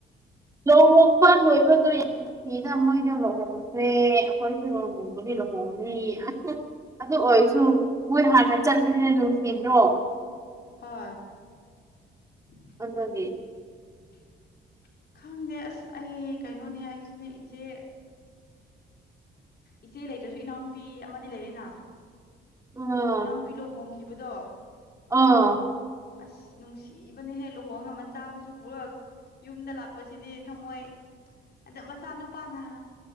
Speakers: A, on the right (about 15°); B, on the left (about 55°).
A: ꯂꯣꯍꯣꯡ ꯍꯣꯡꯕ ꯂꯣꯏꯕꯗꯣ ꯌꯥꯝ ꯅꯨꯡꯁꯤꯗ ꯃꯣꯏꯗꯣ ꯂꯣꯍꯣꯡꯈ꯭ꯔꯦ ꯑꯈꯣꯏꯁꯨ <unintelligible> ꯂꯨꯗꯤ ꯂꯨꯍꯣꯡꯅꯤ <unintelligible> ꯑꯗꯨ ꯑꯣꯏꯔꯁꯨ ꯃꯣꯏ ꯍꯥꯟꯅ ꯆꯠ <unintelligible> ꯅꯨꯡꯁꯤꯗ꯭ꯔꯣ
B: ꯍꯥ <unintelligible>
A: ꯑꯗꯨꯒꯤ
B: <unintelligible> ꯈꯪꯗꯦ ꯑꯁ ꯑꯩ ꯀꯩꯅꯣꯅꯦ ꯑꯩꯁꯨꯅꯦ ꯏꯆꯦ ꯏꯆꯦ ꯂꯩꯇ꯭ꯔꯁꯨ ꯏꯅꯥꯎꯅꯨꯄꯤ ꯑꯃꯗꯤ ꯂꯩꯔꯦꯅ
A: ꯎꯝ
B: ꯏꯅꯥꯎꯅꯨꯄꯤ ꯂꯨꯍꯣꯡꯈꯤꯕꯗꯣ
A: ꯑꯥ
B: ꯑꯁ ꯅꯨꯡꯁꯤꯕꯅꯦꯍꯦ ꯂꯨꯍꯣꯡꯉ ꯃꯆꯥ ꯃꯁꯨ ꯄꯨꯔꯛ <unintelligible> ꯌꯨꯝꯗ ꯂꯥꯛꯄꯁꯤꯗꯤ ꯊꯃꯣꯏ ꯑꯗ ꯃꯆꯥꯅꯨꯄꯥꯅ